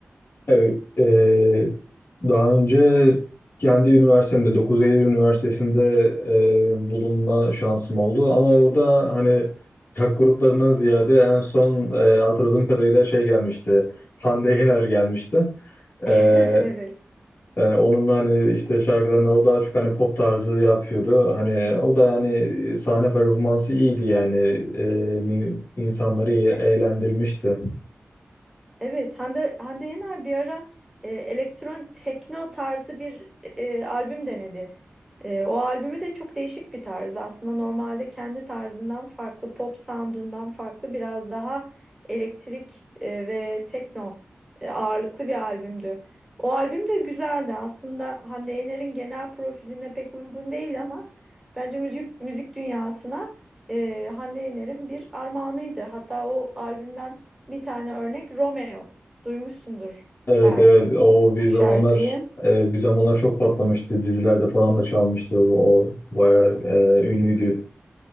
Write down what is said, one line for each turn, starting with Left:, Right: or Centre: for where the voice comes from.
Left: Evet, eee, daha önce kendi üniversitemde 9 Eylül Üniversitesi'nde eee, bulunma şansım oldu. Ama orada hani rock gruplarından ziyade en son eee, hatırladığım kadarıyla şey gelmişti. Hande Yener gelmişti. Eee,
Centre: <laughs> Evet.
Left: yani onun hani işte şarkılarını o daha çok hani pop tarzı yapıyordu. Hani o da hani sahne performansı iyiydi yani. Eee, mi- insanları iyi eğlendirmişti.
Centre: Evet, Hande, Hande Yener bir ara e, elektron tekno tarzı bir e, albüm denedi. E, o albümü de çok değişik bir tarzdı. Aslında normalde kendi tarzından farklı, pop sound'undan farklı biraz daha elektrik e, ve tekno e, ağırlıklı bir albümdü. O albüm de güzeldi. Aslında Hande Yener'in genel profiline pek uygun değil ama bence müzik müzik dünyasına e, Hande Yener'in bir armağanıydı. Hatta o albümden Bir tane örnek Romeo. Duymuşsundur
Left: Evet
Centre: belki
Left: evet o bir
Centre: o
Left: zamanlar
Centre: şarkıyı.
Left: evet, bir zamanlar çok patlamıştı dizilerde falan da çalmıştı o, o bayağı e, ünlüydü.